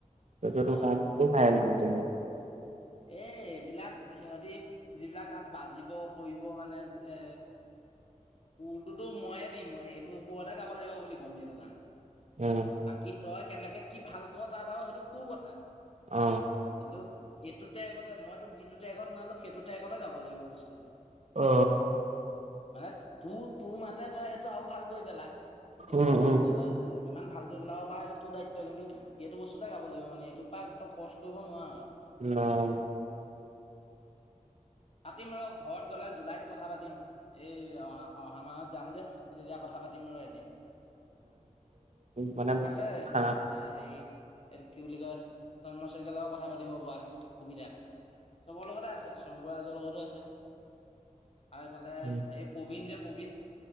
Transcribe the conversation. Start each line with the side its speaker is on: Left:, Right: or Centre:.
Right: ত
Left: অ
Right: ত খাই যাব
Left: এ এইবিলাক সিহঁতি যিবিলাক তাত বাজিব কৰিব মানে এ সুৰটোতো ময়ে দিম এইটো সুৰতে গাব লাগিব বুলি ক'ম এইটো গান।
Right: উম
Left: বাকী তই কেনেকে কি ভাল ক তাত আৰু সেইটো তোৰ কথা।
Right: অ
Left: কিন্তু এইটো টেগতে মই তোক যিটো টেগত শনালো সেইটো টেগতে গাব লাগিব বস্তুটো
Right: অ
Left: মানে তোৰ তোৰ মাতে তই সেইটো আৰু ভাল কৰি পেলা এইটো
Right: উম
Left: তোৰ দায়িত্ব
Right: উম
Left: তই কিমান ভালৈ পেলাব পৰা সেটো তোৰ দায়িত্ব কিন্তু এইটো বস্তুতে গাব লাগিব মানে এইটো কাক ত কচ কৰিব নোৱাৰো আৰু
Right: অ
Left: পাতিম ৰ ঘৰত গ'লে জুলাইত কথা পাতিম। এই অহ অহামত যাম যে সেইতেতিয়া কথা পাতিম আৰু এদিন
Right: মানে
Left: আছে এ
Right: খানা
Left: হে এইটো কি বুলি কয় তন্ম্ৰ চইকালাৰও কথা পাতিব পৰা সুবিধা চব লগতে আছে। বজৰ লগতো আছে। আৰু এইফালে
Right: উম,
Left: সেই প্ৰবীণ যে' প্ৰবীণ